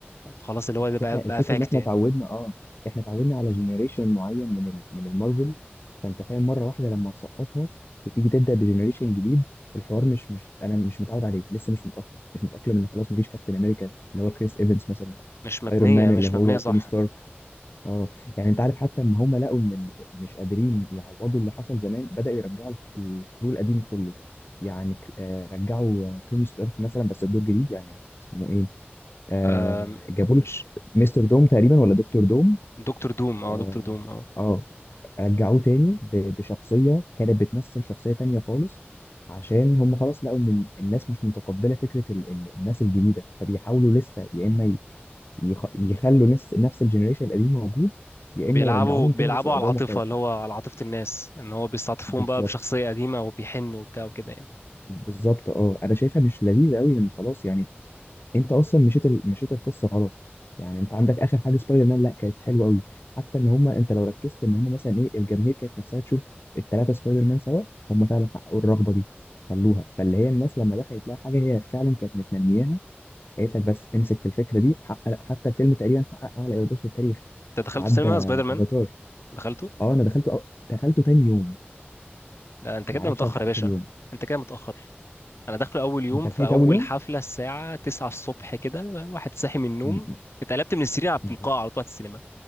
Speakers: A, on the left; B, on the left.
A: خلاص اللي هو ده
B: بس
A: بقى
B: احنا
A: بقى
B: الفكره
A: فاكت
B: ان احنا
A: يعني
B: اتعودنا اه احنا اتعودنا على جنريشن معين من ال... من المارفل فانت فاهم مره واحده لما تسقطها وتيجي تبدا بجنريشن جديد الحوار مش مش انا مش متعود عليه لسه مش متاقلم مش متاقلم ان خلاص مفيش كابتن امريكا اللي هو كريس ايفنز مثلا
A: مش مبنيه
B: ايرون مان
A: مش
B: اللي هو
A: مبنيه صح
B: توني ستارك اه يعني انت عارف حتى اما هم لقوا ان ال- مش قادرين يعوضوا اللي حصل زمان بدأوا يرجعوا الك- الكرو القديم كله يعني ك- آه، رجعوا آه، توني ستارك مثلا بس الدور جديد يعني اسمه ايه آه
A: آم،
B: جابوا
A: مش
B: له ت- مستر دوم تقريبا ولا دكتور دوم
A: دكتور دوم اه
B: اه,
A: دكتور دوم اه
B: آه رجعوه تاني ب- بشخصية كانت بتمثل شخصية تانية خالص عشان هم خلاص لقوا ان ال- الناس مش متقبلة فكرة ال- ال- الناس الجديدة فبيحاولوا لسه يا اما ي- يخ- يخلوا نفس نفس الجنريشن القديم موجود يا
A: بيلعبوا
B: اما يرجعوهم
A: بيلعبوا
B: تاني بس بأدوار
A: على العاطفه
B: مختلفة
A: اللي هو على عاطفه الناس ان هو بيستعطفون
B: بالظبط
A: بقى بشخصيه قديمه وبيحنوا وبتاع وكده يعني
B: بالظبط اه انا شايفها مش لذيذه قوي لان خلاص يعني انت اصلا مشيت ال... مشيت القصه غلط يعني انت عندك اخر حاجه سبايدر مان لا كانت حلوه قوي حتى ان هم انت لو ركزت ان هم مثلا ايه الجماهير كانت نفسها تشوف الثلاثه سبايدر مان سوا هم فعلا حققوا الرغبه دي خلوها فاللي هي الناس لما دخلت لها حاجه هي فعلا كانت متمنياها قالت لك بس امسك في الفكره دي حقق حتى الفيلم تقريبا حقق اعلى ايرادات في التاريخ
A: انت دخلته
B: عدى
A: سينما سبايدر مان
B: افاتار
A: دخلته
B: اه انا دخلته أو... دخلته تاني يوم
A: لا انت كده
B: ما عرفتش
A: متاخر
B: الحق
A: يا باشا
B: في اليوم
A: انت كده متاخر انا داخله اول يوم
B: انت لحقت
A: في اول
B: اول يوم
A: حفله الساعه 9 الصبح كده واحد صاحي من النوم
B: م-
A: اتقلبت من السرير على-
B: م-
A: في القاعه على طول على السينما